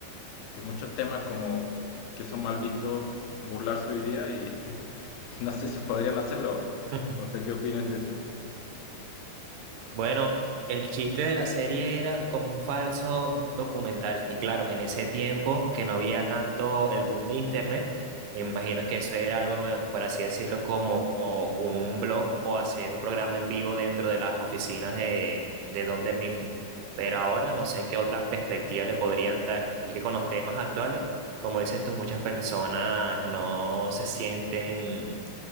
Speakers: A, on the left; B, on the right.
A: este, muchos temas como que son mal vistos burlarse hoy día y, <laughs> y no sé si podrían hacerlo.
B: <laughs>
A: No sé qué opinas de eso.
B: Bueno, el chiste de la serie era como un falso documental. Y claro, en ese tiempo que no había tanto el boom de internet, me imagino que eso era algo nuevo, por así decirlo, como un blog o hacer un programa en vivo dentro de las oficinas de, de Don Mifflin. Pero ahora no sé qué otras perspectivas le podrían dar, ya que con los temas actuales, como dices tú, muchas personas no se sienten,